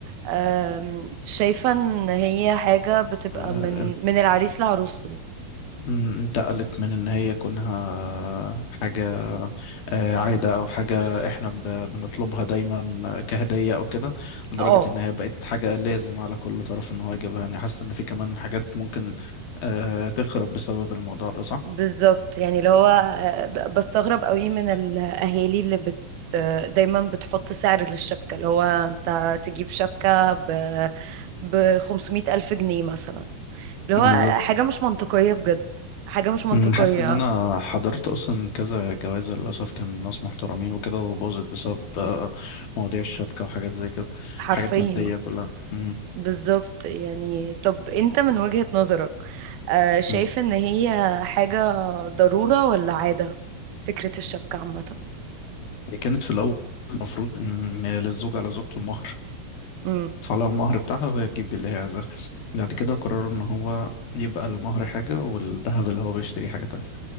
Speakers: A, on the right; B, on the left.
A: أم، شايفة ان هي حاجة بتبقى
B: إن-
A: من من العريس لعروسته
B: مم، انتقلت من إن هي كونها حاجة آه، عادة أو حاجة إحنا ب- بنطلبها دايما كهدية أو كده لدرجة
A: اه
B: إن هي بقت حاجة لازم على كل طرف إن هو يجيبها يعني حاسس إن في كمان حاجات ممكن آه، تخرب بسبب الموضوع ده صح؟
A: بالظبط يعني اللي هو أه، ب- بستغرب قوي من
B: مم.
A: الاهالي اللي بت دايما بتحط سعر للشبكة اللي هو انت تجيب شبكة ب ب 500 ألف جنيه مثلا اللي هو
B: بالظبط
A: حاجة مش منطقية بجد حاجة مش منطقية
B: أمم، حاسس ان انا حضرت اصلا كذا جوازة للاسف كان ناس محترمين وكده وباظت بسبب آه، مواضيع الشبكة وحاجات زي كده
A: حرفيا
B: حاجات مادية كلها أمم،
A: بالظبط يعني طب انت من وجهة نظرك آه، شايف
B: أمم.
A: ان هي حاجة ضرورة ولا عادة فكرة الشبكة عامة
B: هي كانت في الاول المفروض ان للزوج على زوجته المهر
A: امم
B: تدفع لها المهر بتاعها وهي تجيب اللي هي عايزاه بعد كده قرروا ان هو يبقى المهر حاجة والذهب اللي هو بيشتريه حاجة تانية